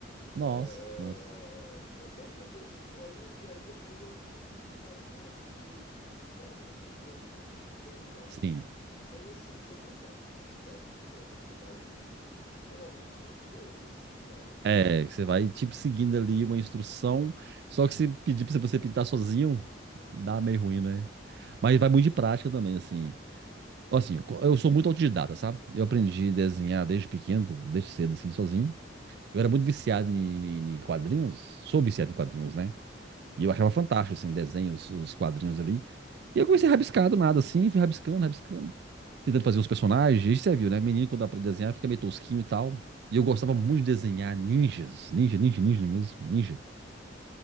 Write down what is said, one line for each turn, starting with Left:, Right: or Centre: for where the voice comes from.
Right: Nossa,
Left: É,
Right: massa.
Left: tá, tá- tá direitinho. E aí, e aí depois eu fiz mais um assim no YouTube, sabe? Porque tem um negócio
Right: Sim.
Left: desse no YouTube, mas assim, você não aprende muito técnica, você vai literalmente copiando, assim, sabe?
Right: É, que você vai, tipo, seguindo ali uma instrução. Só que se pedir pra você pintar sozinho, dá meio ruim, né? Mas vai muito de prática também, assim. Assim, eu co- eu sou muito autodidata, sabe? Eu aprendi a desenhar desde pequeno, desde cedo, assim, sozinho. Eu era muito viciado em, em- em quadrinhos, sou viciado em quadrinhos, né? E eu achava fantástico, assim, desenhos, os os quadrinhos ali. E eu comecei a rabiscar do nada, assim, fui rabiscando, rabiscando, tentando fazer os personagens. E você viu, né? Menino, quando aprende a desenhar, fica meio tosquinho e tal. E eu gostava muito de desenhar ninjas, ninja, ninja, ninja mesmo, ninja.